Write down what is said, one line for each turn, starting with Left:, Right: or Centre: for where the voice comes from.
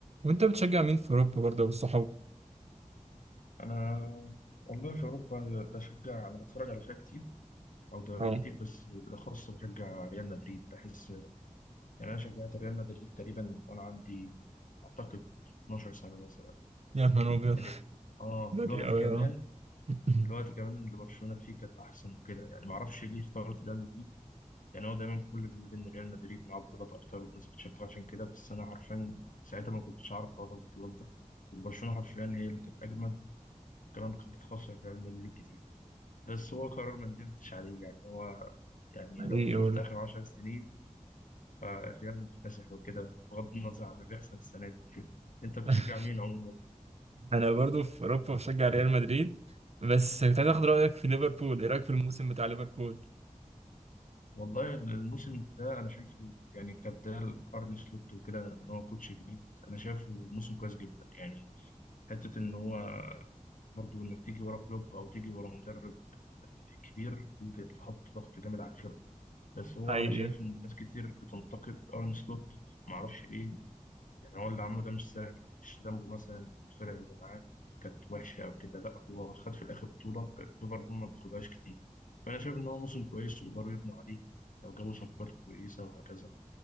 Right: وانت بتشجع مين في اوروبا برضه والصحاب
Left: انا والله في اوروبا بشجع انا بتفرج على فرق كتير او دوريات
Right: اه
Left: كتير بس بالاخص بشجع ريال مدريد بحس يعني انا شجعت ريال مدريد تقريبا وانا عندي اعتقد 12 سنه مثلا
Right: يا نهار ابيض
Left: يعني
Right: <laughs>
Left: اه في
Right: بلادي
Left: الوقت
Right: قوي
Left: كمان
Right: اه <laughs>
Left: في الوقت كمان اللي برشلونه فيه كانت احسن وكده يعني ما اعرفش ليه اخترت ريال مدريد يعني هو دايما كل بيقول ان ريال مدريد معاه بطولات اكتر والناس بتشجعه عشان كده بس انا حرفيا ساعتها ما كنتش اعرف حوار البطولات ده وبرشلونه حرفيا هي اللي كانت اجمد كمان كانت بتخسر ريال مدريد كتير بس هو قرار ما ندمتش عليه يعني هو يعني لو
Right: ايه
Left: شفت
Right: برضه
Left: آخر عشر سنين فالريال مكتسح وكده بغض النظر عن اللي بيحصل السنة دي كده أنت بتشجع
Right: <laughs>
Left: مين عموما؟
Right: انا برضه في اوروبا بشجع ريال مدريد بس كنت عايز اخد رايك في ليفربول ايه رايك في الموسم بتاع ليفربول
Left: والله الموسم ده أنا شايفه يعني كبداية لأرن سلوت وكده إن هو كوتش جديد أنا شايفه موسم كويس جدا يعني حتة إن هو برضو إنك تيجي ورا كلوب أو تيجي ورا مدرب كبير دي بتحط ضغط جامد على الفرقة بس هو
Right: حقيقي
Left: أنا شايف إن ناس كتير بتنتقد أرن سلوت معرفش ليه يعني هو اللي عمله ده مش سهل مش ذنبه مثلا الفرق اللي معاه كانت وحشة أو كده لا هو خد في الآخر بطولة ليفربول ما بتاخدهاش كتير فأنا شايف إن هو موسم كويس ويقدروا يبنوا عليه لو جابوا صفقات كويسة وهكذا